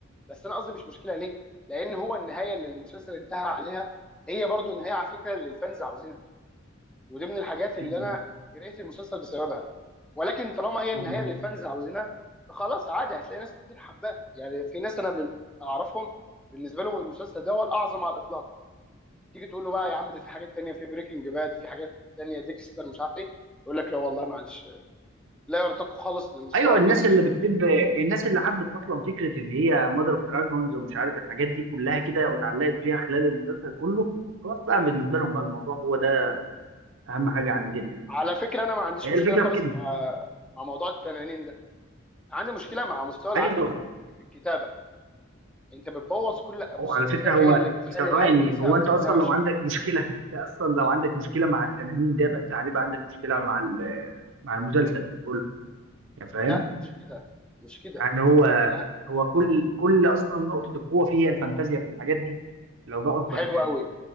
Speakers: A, in the centre; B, on the right.
A: بس انا قصدي مش مشكله ليه؟ لان هو النهايه اللي المسلسل انتهى عليها هي برضو النهايه على فكره اللي الفانز عاوزينها ودي من الحاجات اللي
B: مم.
A: انا قريت المسلسل بسببها ولكن طالما هي النهايه
B: مم.
A: اللي الفانز عاوزينها فخلاص عادي هتلاقي ناس كتير حباه يعني في ناس انا بن- اعرفهم بالنسبه لهم المسلسل ده هو الاعظم على الاطلاق تيجي تقول له بقى يا عم ده في حاجات تانية في بريكنج باد في حاجات تانية ديكستر مش عارف ايه يقول لك لا والله معلش لا يرتقي خالص لمستوى
B: ايوه الناس
A: جيم اوف
B: اللي
A: ثرونز
B: بتحب الناس اللي حبت اصلا فكره اللي هي مادر اوف دراجونز ومش عارف الحاجات دي كلها كده واتعلقت بيها خلال المسلسل كله خلاص بقى بالنسبه لهم بقى الموضوع هو ده اهم حاجه عندنا يعني
A: على فكره انا ما عنديش
B: هي
A: مشكله
B: الفكره
A: خالص
B: في كده
A: مع مع موضوع التنانين ده عندي مشكله مع مستوى العته
B: ايوه
A: في الكتابه انت بتبوظ كل
B: هو
A: بص
B: على
A: الكتابه
B: فكره هو
A: هي اللي بتخلي
B: ثواني
A: الحاجه كويسه
B: هو
A: او
B: انت
A: تخليها
B: اصلا
A: وحشه
B: لو عندك مشكله <laughs> انت اصلا لو عندك مشكله مع التنانين ده يبقى انت هيبقى عندك مشكله مع ال- مع المسلسل كان كله يعني فاهم
A: لا مش كده مش كده
B: يعني هو
A: لا
B: هو كل كل اصلا نقطه القوه فيها الفانتازيا في الحاجات دي لو ده قصدك
A: حلو
B: يعني
A: قوي